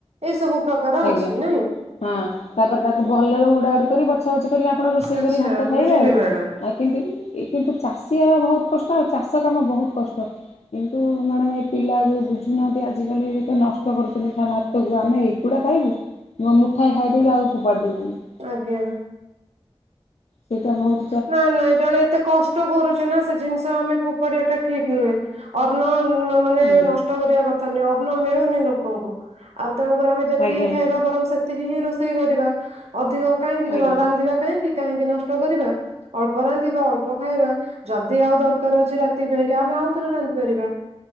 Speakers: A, on the right; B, on the left.
A: ଏଇ ସବୁ ପ୍ରକାର
B: ଆଜ୍ଞା।
A: ଅଛି ନାଇଁ!
B: ହଁ ତାପରେ ତାକୁ ଭଲରେ ଉଡ଼ା ଉଡି କରି ବଛା ବଛି କରିକି ଆପଣ ରୋଷେଇ
A: ଆଚ୍ଛା
B: କରିକି ଭାତ ଖାଇବେ
A: ବୁଝିଲି
B: ଆଉ
A: ମ୍ୟାଡାମ
B: ଆଗ୍ କିନ୍ତୁ ଇ କିନ୍ତୁ ଚାଷୀ ହେବା ବୋହୁତ୍ କଷ୍ଟ ଆଉ ଚାଷ କାମ ବୋହୁତ୍ କଷ୍ଟ। କିନ୍ତୁ ମ୍ୟାଡାମ୍ ଏଇ ପିଲା ଯୋଉ ବୁଝୁନାହାଁନ୍ତି ଆଜିକାଲି ତ ନଷ୍ଟ କରୁଛନ୍ତି ଖା ଭାତକୁ ଆମେ ଏ ଗୁଡ଼ା ଖାଇବୁ ଗ ମୁଠାଏ ଖାଇ ଦେଇକି ଆଉ ଫୋପାଡ଼ି ଦୋଉଛନ୍ତି।
A: ଆଜ୍ଞା।
B: ସେଇଟା ଭୋଉତ୍
A: ନାଁ ନାଇଁ ଜଣେ ଏତେ କଷ୍ଟ କରୁଛି ନା ସେ ଜିନ୍ଷ ଆମେ ଫୋ ପାଡି ବାଟା ଠିକ୍ ନୁହେଁ ଅର୍ନ ର୍ଣ୍ଣ ମାନେ
B: ହୁଁ
A: ନସ୍ ନଷ୍ଟ କରିବା କଥା ନୁହେଁ ଅନ୍ନ ମିଳୁନି ଲୋକଙ୍କୁ ଆଉ ତେଣୁକରି ଆମେ ଯେତିକି
B: ଆଜ୍ଞା
A: ଖାଇବା ବରଂ ସେତ୍ ତିକିହିଁ ରୋଷେଇ କରିବା ଅଧିକ କାହିଁକି
B: ଆଜ୍ଞା
A: ଉ ରାନ୍ଧିବା କାହିଁକି କାହିଁକି ନଷ୍ଟ କରିବା। ଅଳ୍ପ ରାନ୍ଧିବା ଅଳ୍ପ ଖାଇବା। ଯଦି ଆଉ ଦର୍କାର ଅଛି ରାତି ପାଇଁକା ଆମେ ଆଉ ଥରେ ରାନ୍ଧିପାରିବା।